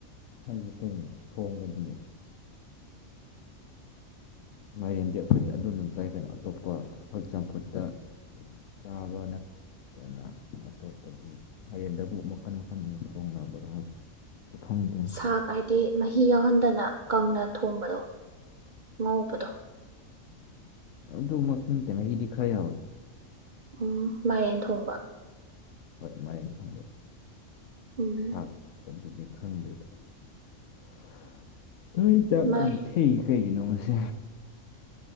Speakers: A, on the left; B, on the right.
A: ꯍꯥꯏꯗꯤ ꯀꯩꯅꯣ ꯊꯣꯡꯕꯗꯨꯅꯦ ꯃꯥꯏꯔꯦꯟꯗꯤ ꯑꯩꯈꯣꯏꯗꯤ ꯑꯗꯨꯗꯨꯝ ꯆꯥꯏꯀꯩꯅꯣ ꯑꯇꯣꯞꯄ ꯍꯣꯏ ꯆꯝꯐꯨꯠꯇ ꯆꯥꯕ ꯅꯠ ꯗꯨꯅ ꯑꯇꯣꯞꯄꯗꯤ ꯍꯥꯏꯗꯤ ꯗꯕꯨ ꯃꯈꯟ ꯃꯈꯟ ꯊꯣꯡꯅꯕꯔꯣ ꯍꯥꯏꯖꯦ ꯈꯪꯗꯦ
B: ꯁꯥꯛ ꯍꯥꯏꯗꯤ ꯃꯍꯤ ꯌꯥꯎꯍꯟꯗꯅ ꯀꯪꯅ ꯊꯣꯡꯕꯗꯣ ꯉꯧꯕꯗꯣ
A: ꯑꯗꯨꯃꯛꯇꯤꯡ ꯇꯦꯅꯩꯒꯤꯗꯤ ꯈꯔ ꯌꯥꯎꯌꯦ
B: ꯎꯝ ꯃꯥꯏꯔꯦꯟ ꯊꯣꯡꯕ
A: ꯍꯣꯏ ꯃꯥꯏꯔꯦꯟ ꯊꯣꯡꯕ꯫
B: ꯎꯝ
A: ꯁꯥꯛ ꯀꯗꯨꯗꯤ ꯈꯪꯗꯦꯗꯥ <unintelligible> ꯆꯥꯛ
B: ꯃꯥꯏ
A: ꯌꯥꯝ ꯊꯦꯡ ꯊꯦꯡꯉꯤ ꯀꯩꯒꯤꯅꯣ ꯉꯁꯤ